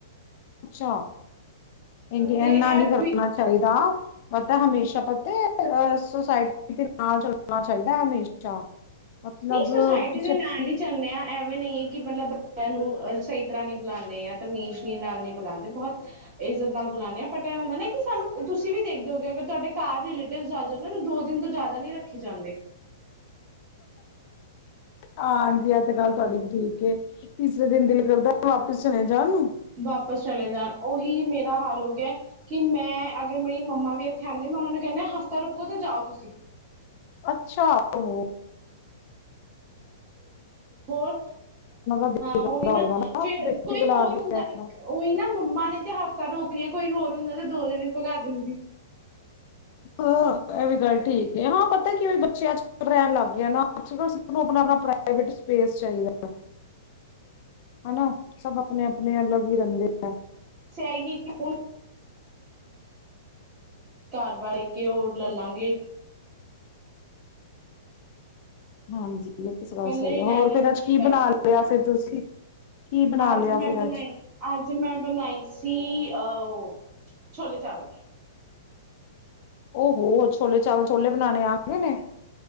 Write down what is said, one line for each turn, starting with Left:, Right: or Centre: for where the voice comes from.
Left: ਅੱਛਾ ਇਨਾ
Right: ਤੇ ਇਹ
Left: ਨਹੀਂ ਕਰਨਾ
Right: ਵੀ
Left: ਚਾਹੀਦਾ। ਤਾਂ ਹਮੇਸ਼ਾ ਪਤਾ ਅਹ ਸੁਸਾਇਟੀ ਦੇ ਨਾਲ ਚੱਲਣਾ ਚਾਹੀਦਾ ਹਮੇਸ਼ਾ। ਮਤਲਬ
Right: ਨਹੀਂ ਸੁਸਾਇਟੀ
Left: ਤੁਸੀਂ
Right: ਦੇ
Left: ਆਪਣੀ।
Right: ਨਾਲ ਹੀ ਚੱਲਣੇ ਆ। ਨਹੀਂ ਮਤਲਬ ਨੂੰ ਸਹੀ ਤਰ੍ਹਾਂ ਨੀ ਬੁਲਾਂਦੇ ਤਮੀਜ਼ ਨਾਲ ਨੀ ਬੁਲਾਂਦੇ ਬਹੁਤ ਇਜਤ ਨਾਲ ਬੁਲਾਂਦੇ ਆ ਬਟ ਇਹ ਹੁੰਦਾ ਨਾ ਸਾਨੂੰ ਤੁਸੀਂ ਵੀ ਦੇਖਦੇ ਹੋਗੇ ਤੁਹਾਡੇ ਘਰ ਰਿਲੇਟਿਵ ਦੋ ਦਿਨ ਤੋਂ ਜ਼ਿਆਦਾ ਨੀ ਰੱਖੇ ਜਾਂਦੇ।
Left: ਹਾਂਜੀ ਐਤ
Right: ਹਾਂ।
Left: ਗੱਲ ਤੁਹਾਡੀ ਠੀਕ। ਤੀਸਰੇ ਦਿਨ ਦਿਲ ਕਰਦਾ ਵਾਪਿਸ ਚਲੇ ਜਾਣ ਨੂੰ।
Right: ਵਾਪਿਸ ਚਲੇ ਜਾਣ ਉਹੀ ਮੇਰਾ ਹਾਲ ਹੋ ਗਿਆ ਕਿ ਮੈਂ ਅਗਰ ਮੇਰੀ ਮੰਮਾ ਵੀ ਇੱਥੇ ਆਉਂਦੇ ਮੈਂ ਉਹਨਾ ਨੂੰ ਕਹਿੰਦਾ ਹਫ਼ਤਾ ਰੁਕੋ ਤੇ ਜਾਓ ਤੁਸੀਂ।
Left: ਅੱਛਾ! ਹੋ।
Right: ਹੋਰ
Left: ਬੇਟਾ
Right: ਹਾਂ ਉਹੀ ਨਾ
Left: ਹੋਏਗਾ
Right: ਫੇਰ
Left: ਬੇਟੀ
Right: ਕੋਈ
Left: ਕੋਲ
Right: ਹੋਰ
Left: ਆ ਗਿਆ
Right: ਹੁੰਦਾ
Left: ਹਾਂ
Right: ਉਹੀ ਨਾ ਮੰਮਾ ਨੇ ਤੇ ਹਫ਼ਤਾ ਰੋਕਣੀਆਂ ਕੋਈ ਹੋਰ ਹੁੰਦਾ ਦੋ ਦਿਨ ਚ ਹੀ ਭਗਾ ਦਿੰਦੀ
Left: ਹ ਇਹ ਵੀ ਗੱਲ ਠੀਕ ਹੈ ਹਾਂ ਪਤਾ ਕਿ ਬੱਚੇ ਅੱਜ ਕੱਲ ਰਹਿਣ ਲੱਗ ਗਏ ਨਾ ਅਕ ਆਪਣਾ ਆਪਣਾ ਪ੍ਰਾਈਵੇਟ ਸਪੇਸ ਚਾਹੀਦਾ। ਹੈਨਾ। ਸਭ ਆਪਣੇ -ਆਪਣੇ ਅਲੱਗ ਵੀ ਰਹਿੰਦੇ ਹੈ।
Right: ਚਆਈਏ ਕਿ ਹੁਣ ਘਰ ਵਾਰ ਏਕੇ ਹੋਰ ਲੇ ਲਾਂਗੇ।
Left: ਹਾਂਜੀ।
Right: ਇਕੱਲੇ
Left: ਗੱਲ ਸਹੀ
Right: ਹੀ
Left: ਹੈ
Right: ਰਹਿਣਾ
Left: ਹੋਰ ਫਿਰ
Right: ਹੁਣ
Left: ਅੱਜ ਕੀ
Right: ਕਰ
Left: ਬਣਾ
Right: ਸਕਦੇ
Left: ਲਿਆ ਫੇਰ ਤੁਸੀਂ ਕੀ ਬਣਾ
Right: ਅੱਜ
Left: ਲਿਆ
Right: ਮੈਂ
Left: ਫਿਰ
Right: ਬਣਾਈ,
Left: ਅੱਜ
Right: ਅੱਜ ਮੈਂ ਬਣਾਈ ਸੀ। ਅ -ਔ ਛੋਲੇ ਚਾਵਲ,
Left: ਉਹਹੋ ਛੋਲੇ ਚਾਵਲ, ਛੋਲੇ ਬਣਾਣੇ ਆਂਦੇ ਨੇ।